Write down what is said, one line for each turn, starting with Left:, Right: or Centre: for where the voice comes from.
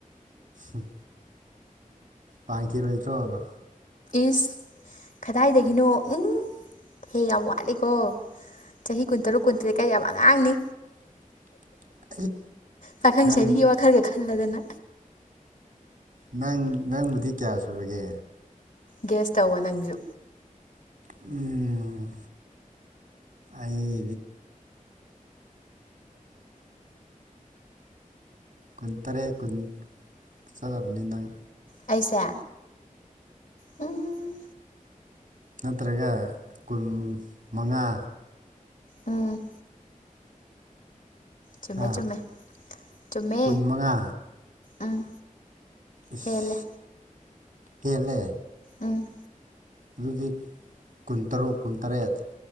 Right: ꯎꯝ ꯄꯥꯟꯈꯤꯔꯣꯏ ꯗꯔꯣ
Left: ꯏꯁ ꯀꯗꯥꯏꯗꯒꯤꯅꯣ ꯎꯝ ꯍꯦ ꯌꯥꯝ ꯋꯥꯠꯂꯤꯀꯣ ꯆꯍꯤ ꯀꯨꯟꯇꯔꯨꯛ ꯀꯨꯟꯇꯔꯦꯠ ꯀꯥꯏ ꯌꯥꯝ ꯑꯉꯥꯡꯅꯤ
Right: <inaudible>
Left: ꯄꯥꯈꯪ
Right: ꯅꯪ
Left: ꯁꯔꯤꯒꯤ ꯋꯥꯈꯔꯒꯥ ꯈꯜꯂꯗꯅ
Right: ꯅꯪ ꯅꯪꯕꯨꯗꯤ ꯀꯌꯥ ꯁꯨꯨꯔꯒꯦ
Left: ꯒꯦꯁ ꯇꯧꯋꯣ ꯅꯪꯁꯨ
Right: ꯎꯝ ꯑꯩ <inaudible> ꯀꯨꯟ ꯇꯔꯦꯠ ꯀꯨꯟ ꯆꯡꯂꯝꯃꯅꯤꯅꯪ
Left: ꯑꯩꯁꯦ ꯎꯝ
Right: ꯅꯠꯇ꯭ꯔꯒ ꯀꯨꯟ ꯃꯉꯥ
Left: ꯎꯝ ꯆꯃꯦ
Right: ꯍꯥ
Left: ꯆꯨꯝꯃꯦ ꯆꯨꯝꯃꯦ
Right: ꯀꯨꯟ ꯃꯉꯥ
Left: ꯎꯝ
Right: ꯏꯁ
Left: ꯍꯦꯜꯂꯦ
Right: ꯍꯦꯜꯂꯦ
Left: ꯎꯝ
Right: ꯑꯗꯨꯗꯤ ꯀꯨꯟꯇꯔꯨꯛ ꯀꯨꯟꯇꯔꯦꯠ